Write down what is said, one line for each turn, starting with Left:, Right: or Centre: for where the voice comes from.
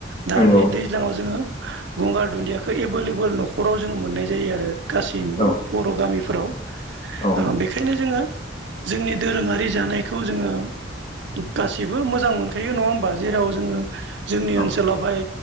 Right: दा
Left: नंगौ
Right: दै दैज्लाङाव जोङो गंगार दुन्दियाखौ एभेलेबोल न'खराव जोङो मोननाय जायो आरो गासैमबो
Left: औ
Right: बर' गामिफोराव ओ
Left: औ
Right: बेखायनो जोङो जोंनि दोरोङारि जानाय खौ जोङो गासिबो मोजां मोनखायो नङा ओमबा जेराव जोङो जोंनि
Left: औ
Right: ओनसोलावहाय